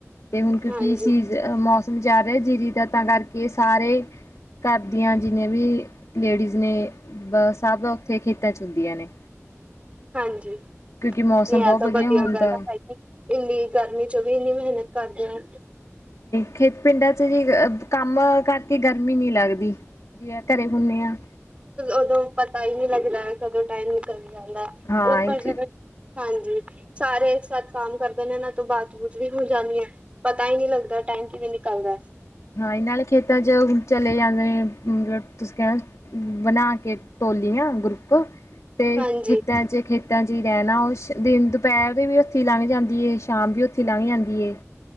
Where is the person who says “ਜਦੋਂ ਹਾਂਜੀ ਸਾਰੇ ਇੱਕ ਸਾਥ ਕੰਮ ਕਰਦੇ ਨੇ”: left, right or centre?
Right